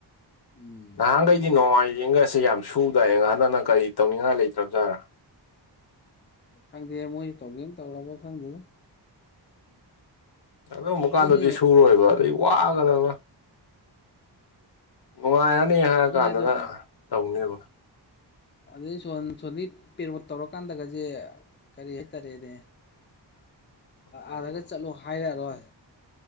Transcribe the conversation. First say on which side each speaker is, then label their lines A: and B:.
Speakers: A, on the left; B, on the left.
A: ꯎꯝ꯫
B: ꯅꯍꯥꯟꯈꯩꯗꯤ ꯅꯣꯡꯃꯥꯏꯖꯤꯡꯒꯁꯦ ꯌꯥꯝ ꯁꯨꯗꯏꯌꯦꯉ ꯍꯟꯗꯛꯅ ꯀꯔꯤ ꯇꯧꯅꯤꯡꯉꯥꯏ ꯂꯩꯇ꯭ꯔꯕꯖꯥꯠꯔꯥ꯫
A: ꯈꯪꯗꯦ ꯃꯣꯏꯁ ꯇꯧꯒꯦꯅ ꯇꯧꯔꯕ ꯈꯪꯗꯦꯗ꯫
B: ꯑꯗꯨꯒꯨꯝꯕ ꯀꯥꯟꯗꯗꯤ
A: ꯑꯗꯨꯅꯦ
B: ꯁꯨꯔꯣꯏꯕ ꯑꯗꯩ ꯋꯥꯒꯗꯕ꯫ ꯅꯨꯡꯉꯥꯏꯔꯅꯤ ꯍꯥꯏꯔ
A: ꯑꯗꯨꯅꯦ
B: ꯀꯥꯟꯗꯅ
A: ꯑꯗꯣ
B: ꯇꯧꯅꯦꯕ꯫
A: ꯑꯗꯨꯗꯩ ꯁꯣ ꯁꯣꯒꯤ ꯄꯦꯔꯣꯠ ꯇꯧꯔꯀꯥꯟꯗꯒꯁꯦ ꯀꯔꯤ ꯍꯥꯏꯇꯥꯔꯦꯅꯦ꯫
B: ꯎꯝ
A: ꯑꯥꯗꯒ ꯆꯠꯂꯣ ꯍꯥꯏꯔꯛꯑꯔꯣꯏ꯫